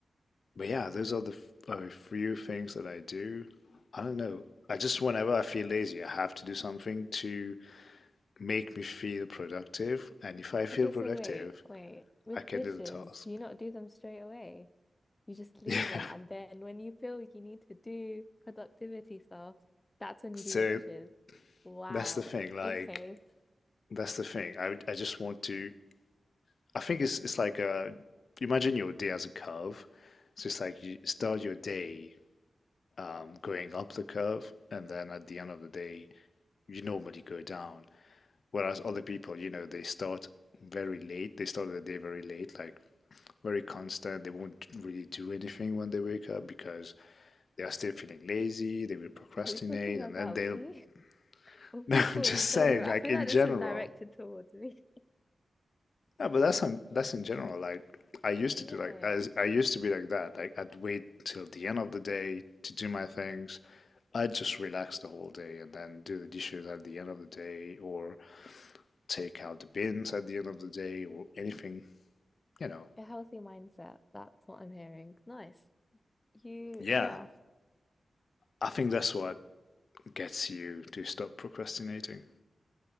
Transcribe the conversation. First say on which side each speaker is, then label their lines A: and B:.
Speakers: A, on the left; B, on the left.
A: but yeah, those are the f- a few things that I do. I don't know. I just whenever I feel lazy, I have to do something to make me feel productive. And if I feel
B: Okay,
A: productive,
B: so wait, wait. With
A: I can
B: dishes,
A: do the task.
B: do you
A: <laughs>
B: not do them straight away? You just leave
A: Yeah.
B: them. And then when you feel like you need to do productivity stuff, that's when you
A: So
B: do your dishes. Wow.
A: that's the thing. Like
B: Okay.
A: that's the thing. I I just want to I think it's it's like uh imagine your day as a curve. So it's like you start your day um going up the curve and then at the end of the day you normally go down. Whereas other people, you know, they start very late. They start the day very late, like very constant. They won't really do anything when they wake up because they are still feeling lazy, they will procrastinate
B: Are we talking
A: and
B: about
A: then they'll
B: me <laughs>
A: <laughs>
B: or people
A: No, I'm just
B: in general?
A: saying, like
B: I feel
A: in
B: like
A: general.
B: this is directed towards me. <laughs>
A: Yeah, but that's um, that's in general. Like I used
B: Yeah,
A: to do like
B: yeah,
A: as I used to be like that. Like I'd wait till the end of the day to do my things. I'd just relax the whole day and then do the dishes at the end of the day, or take out the bins at the end of the day, or anything. You know.
B: yeah. A healthy mindset. That's what I'm hearing. Nice. You,
A: Yeah,
B: yeah.
A: I think that's what gets you to stop procrastinating.